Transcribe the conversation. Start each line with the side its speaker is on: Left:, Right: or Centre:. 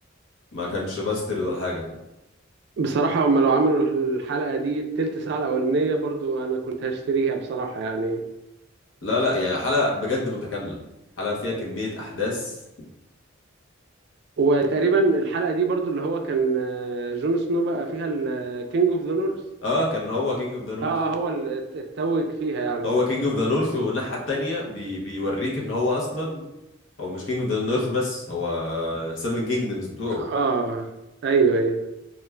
Left: ما كانش باسترد ولا حاجه
Right: بصراحة هم لو عملوا الح- الحلقة دي التلت ساعة الأولانية برضو أنا كنت هشتريها بصراحة يعني
Left: لا لا يعني حلقة بجد متكاملة حلقة فيها كمية أحداث
Right: وتقريبا الحلقة دي برضو اللي هو كان آه، جون سنو بقى فيها الكينج اوف ذا نورث
Left: اه كان هو كينج اوف ذا نورث
Right: اه آه، هو اللي اتوج فيها يعني
Left: هو كينج اوف ذا نورث والناحية التانية بي بيوريك ان هو اصلا هو مش كينج اوف ذا نورث بس هو سيفن كينجدمز بتوعه
Right: اه ايوه ايوه